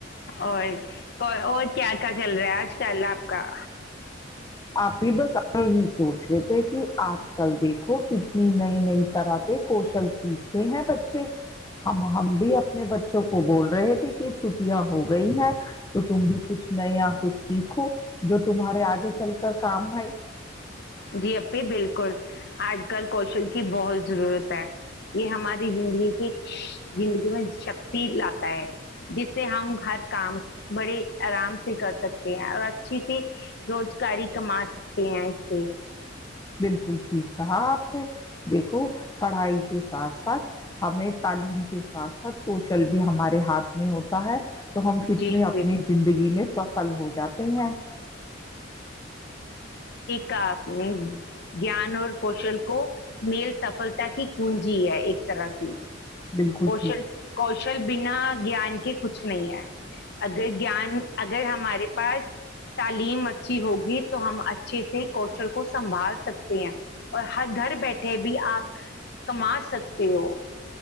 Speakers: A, on the left; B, on the left.
A: اور <unintelligible> اور کیا کیا چل رہا ہے آج کل آپ کا ہ <inaudible>
B: آپ بھی بس ہی سوچ رہے تھے کہ آج کل دیکھو کتنی نئی نئی طرح کے کوشل سیکھتے ہیں بچے ہم ہم بھی
A: جی
B: اپنے بچے کو بول رہے تھے کہ چھٹیاں ہو گئی ہیں تو تم بھی کچھ نیا یا کچھ سیکھو جو تمہارے آگے چ چل کر کام ہے
A: جی اپھی بالکل آج کل کوشل کی بہت ضرورت ہے یہ ہماری زندگی کی زندگی میں شکتی لاتا ہے جس سے ہم ہر کام بڑے آرام سے کر سکتے ہیں اور اچھی سی روزگاری کما سکتے ایی <unintelligible>
B: بالکل <unintelligible> کہا آپ نے دیکھو پڑھائی کے ساتھ ساتھ ہمیں تعلیم کے ساتھ ساتھ کوشل بھی ہمارے ہاتھ <unintelligible> میں ہوتا ہے <unintelligible> تو ہم کتنے
A: جی
B: اپنی زندگی میں سفل ہو جاتے ہیں
A: کا اپنے جان اور کوشل کو میل سفلتا کی کنجی ہے ایک ترااکی <unintelligible>
B: بالکل
A: کوشل
B: ٹھیک
A: کوشل بنا گیان کے کچھ نہیں ہے اگر گان اگر ہمارے پاس تعلیم اچھی ہوگی تو ہم اچھے سے کوشل کو سنبھال سکتے ہیں اور ہر گھر بیٹھے بھی آپ کما سکتے ہو
B: ہیں.